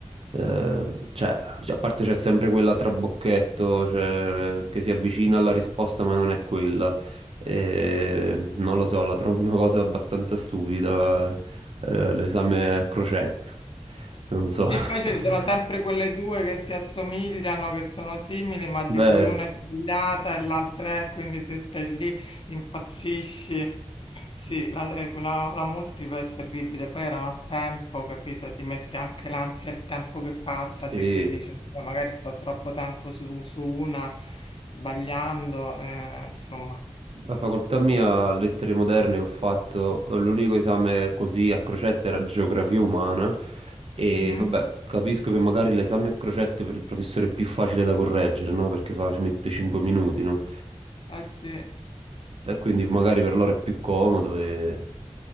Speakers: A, on the right; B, on the left.
A: eh, cioè, a parte c'è sempre quella trabocchetto, cioè, che si avvicina alla risposta ma non è quella. E, non lo so, la trovo una cosa abbastanza stupida, eh, l'esame a crocetto, non lo so.
B: Sì,
A: <laughs>
B: poi ci sono sempre quelle due che si assomigliano, che sono simili, ma di
A: Vero,
B: cui una è sbagliata e l'altra è, quindi te stai lì, impazzisci. Sì, la, eh, la, la multipla è terribile, poi erano a tempo, capito? Ti mette anche l'ansia il tempo che passa,
A: sì,
B: te che dici, "Oddio, magari sto troppo tempo su, su una, sbagliando, eh, insomma.
A: La facoltà mia, lettere moderne, ho fatto eh, l'unico esame così a crocette era geografia umana e
B: Mhm.
A: vabbè, capisco che magari l'esame a crocette per il professore è più facile da correggere, no? Perché fa- ci mette 5 minuti, no?
B: Eh sì.
A: E quindi magari per loro è più comodo e,